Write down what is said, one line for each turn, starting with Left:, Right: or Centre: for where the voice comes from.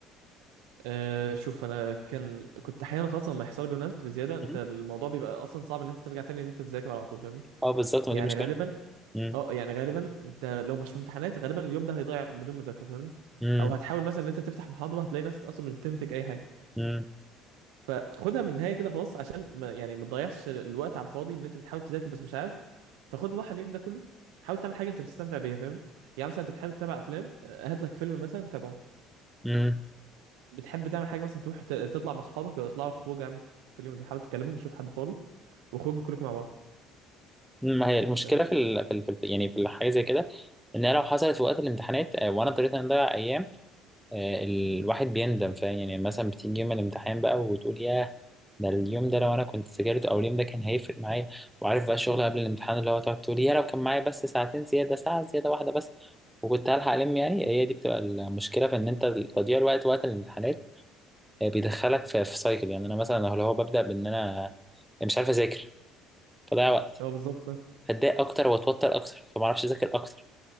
Right: أه شوف انا كان كنت احيانا خاصه لما يحصل لي بيانات بزياده انت
Centre: مم.
Right: الموضوع بيبقى اصلا صعب ان انت ترجع تاني ان انت تذاكر على طول فاهمني
Centre: اه بالظبط ما
Right: يعني
Centre: دي مشكلة
Right: غالبا
Centre: مم.
Right: اه يعني غالبا انت لو مش في امتحانات غالبا اليوم ده هيضيع بدون مذاكره فاهمني
Centre: مم.
Right: او هتحاول مثلا ان انت تفتح محاضره هتلاقي نفسك اصلا مش بتنتج اي حاجه
Centre: مم.
Right: فخدها من النهايه كده خلاص عشان ما يعني ما تضيعش الوقت على الفاضي ان انت بتحاول تذاكر بس مش عارف فخد راحه اليوم ده كله حاول تعمل حاجه انت بتستمتع بيها فاهمني يعني مثلا انت بتحب تتابع افلام آه، هات لك فيلم مثلا تابعه
Centre: مم.
Right: بتحب تعمل حاجه مثلا تروح ت- تطلع مع اصحابك ولا تطلعوا خروج عامه في اليوم ده حاول تكلمهم تشوف حد فاضي واخرجوا كلكم مع بعض
Centre: ما هي المشكله
Right: فاهمني
Centre: في ال... في ال... في ال- يعني في الحاجه زي كده ان هي لو حصلت في وقت الامتحانات آه، وانا اضطريت ان اضيع ايام آه، الواحد بيندم فاهم يعني مثلا بتيجي يوم الامتحان بقى وتقول ياه ده اليوم ده لو انا كنت ذاكرت او اليوم ده كان هيفرق معايا وعارف بقى الشغل قبل الامتحان اللي هو تقعد تقول يا لو كان معايا بس ساعتين زياده ساعه زياده واحده بس وكنت هلحق الم يعني هي دي بتبقى المشكله في ان انت تضييع الوقت وقت الامتحانات آه، بيدخلك في في سايكل يعني انا مثلا لو هو ببدا بان انا مش عارف اذاكر فضيع وقت
Right: هو بالظبط فاهم.
Centre: اتضايق اكتر واتوتر اكتر فما اعرفش اذاكر اكتر